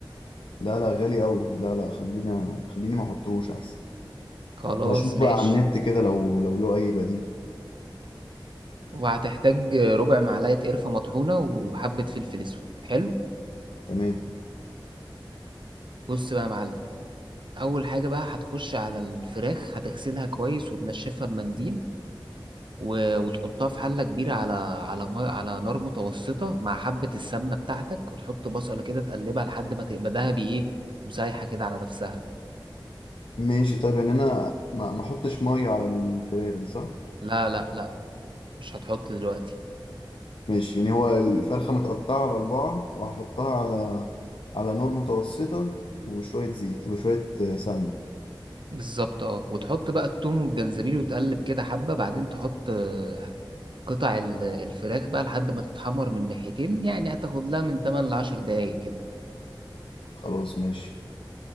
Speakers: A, on the left (about 80°); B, on the right (about 65°).
A: لا لا غالي قوي لا لا خلينا خليني ما احطهوش احسن
B: خلاص
A: بشوف
B: ماشي
A: بقى على النت كده لو لو له اي بديل
B: وهتحتاج ربع معلقة قرفة مطحونة وحبة فلفل اسود حلو
A: تمام
B: بص بقى يا معلم اول حاجة بقى هتخش على الفراخ هتغسلها كويس وتنشفها بمنديل و... وتحطها في حلة كبيرة على على ما... على نار متوسطة مع حبة السمنة بتاعتك وتحط بصلة كده تقلبها لحد ما تبقى دهبي ايه وسايحة كده على نفسها
A: ماشي طيب يعني انا ما ما احطش مية على الفراخ دي صح
B: لا لا لا مش هتحط دلوقتي
A: ماشي يعني هو الفرخة متقطعة على أربعة وهحطها على على نار متوسطة وشوية زيت وشوية آه، سمنة
B: بالظبط اه وتحط بقى التوم والجنزبيل وتقلب كده حبة بعدين تحط آه، قطع ال- الفراخ بقى لحد ما تتحمر من ناحيتين يعني هتاخد لها من 8 ل 10 دقايق كده
A: خلاص ماشي